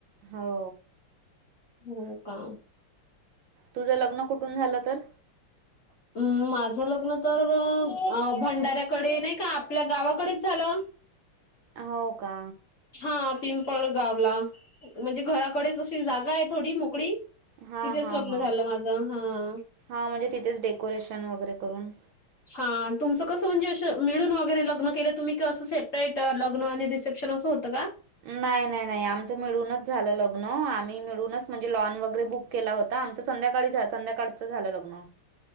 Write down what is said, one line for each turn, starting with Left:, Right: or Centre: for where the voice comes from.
Right: हो.
Left: होय का.
Right: तुझं लग्न कुठून झालं तर?
Left: अ. माझ लग्न तर अ भंडाऱ्याकडे नाही का आपल्या गावाकडेच झालं.
Right: हो का.
Left: हा पिंपळ गावला म्हणजे घराकडेच अशी जागा आहे थोडी मोकळी.
Right: हा
Left: तिथेच
Right: हा
Left: लग्न
Right: हा
Left: झालं माझं हां.
Right: हां म्हणजे तिथेच डेकोरेशन वगैरे करून.
Left: हा तुमचं कसं म्हणजे अश मिळून वगैरे लग्न केलं तुम्ही काय असं सेपरेट लग्न आणि रिसेप शन असं होतं का?
Right: नाही नाही नाही आमचं मिळूनच झालं लग्न, आम्ही मिळूनच म्हणजे लॉन वगैरे बुक केला होता आमचं संध्याकाळी संध्याकाळच झालं लग्न